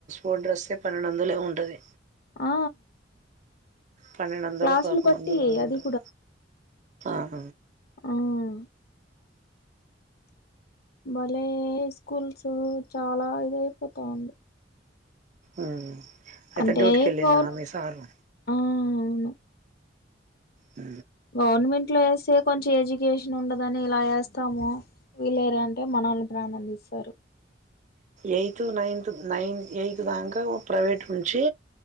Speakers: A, on the right (about 40°); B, on the left (about 55°).
A: ఓ డ్రస్సే పన్నెందొందలేమో ఉంటది
B: ఆ
A: పన్నెండు వందలో
B: క్లాసులు
A: పదకొండు
B: బట్టి
A: వందలో ఉంటది
B: అది
A: అహ
B: ఆవును బలే స్కూల్స్ చాలా ఇద అయిపోతాంది
A: ఊ అయితే
B: అంటే
A: డ్యూట్కి ఎలిండ
B: గవర్న
A: మీ సారు
B: ఆ అవును
A: ఊ
B: గవర్నమెంట్ లో వేస్తే కొంచెం ఎడ్యుకేషన్ ఉండదని ఇలా వేస్తాము వీళరు అంటే మనల్ని ప్రాణందిస్తారు
A: ఎయిత్ నైన్త్ నైన్త్ ఎయిత్ దాకా ప్రైవేట్ నుంచి